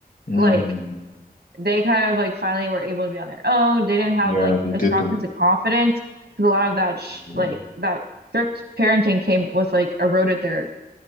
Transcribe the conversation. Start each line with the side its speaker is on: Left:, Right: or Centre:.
Left: Mm.
Right: Like they kind of like finally were able to be on their own. They didn't have
Left: Yeah,
Right: like
Left: they did
Right: a strong
Left: the
Right: sense of confidence because a lot of that sh
Left: mm,
Right: like that strict parenting came with like eroded their